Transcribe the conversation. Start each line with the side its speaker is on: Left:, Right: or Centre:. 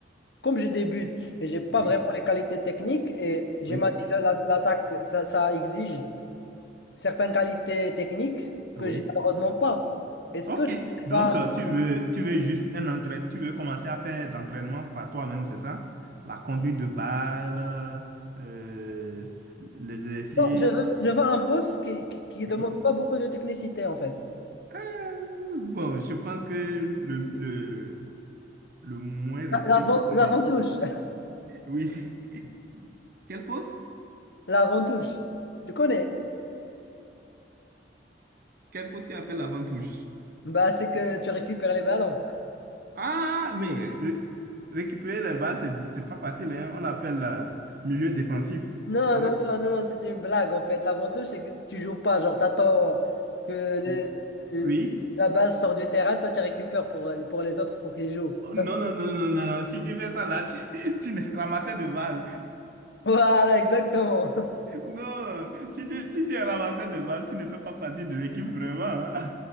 Left: comme je débute et j'ai pas
Right: oui,
Left: vraiment les qualités techniques, et j'ai
Right: oui,
Left: ma dit la- la- l'attaque, ça, ça exige certaines qualités techniques
Right: oui.
Left: que j'ai malheureusement pas. Est-ce
Right: OK.
Left: que je peux
Right: Donc,
Left: pas...
Right: euh, tu veux, tu veux juste un entraînement, tu veux commencer à faire d'entraînement par toi-même, c'est ça? La conduite de balle, euh, les exercices.
Left: Non, je veux, je veux un poste qui, qui, qui
Right: Oui.
Left: demande pas beaucoup de technicité en fait.
Right: Euh, bon, je pense que le, le, le moins risqué
Left: La- L'avant,
Right: pour ton
Left: l'avant-touche.
Right: équipe. Oui. <laughs> Quelle pause?
Left: <laughs> L'avant-touche. Tu connais?
Right: Quel poste appelle appelles l'avant-touche?
Left: Bah, c'est que tu récupères les ballons.
Right: Ah, mais ré- récupérer les balles, c'est di- c'est pas facile, hein. On l'appelle euh, milieu défensif,
Left: Non,
Right: c'est ça?
Left: non, non, non, non, c'était une blague en fait. L'avantage, c'est que tu joues pas. Genre, t'attends euh, que le-
Right: Ou-
Left: le-
Right: Oui?
Left: la balle sort du terrain, toi, tu récupères pour, euh, pour les autres pour qu'ils jouent. Ça-
Right: Oh, Non, non, non, non, non. Si tu fais ça là, tu, <laughs> tu ne ramassais de balles.
Left: voilà, exactement. <laughs>
Right: Non, si tu, si tu es ramassé de balles, tu ne fais pas partie de l'équipe vraiment. hein.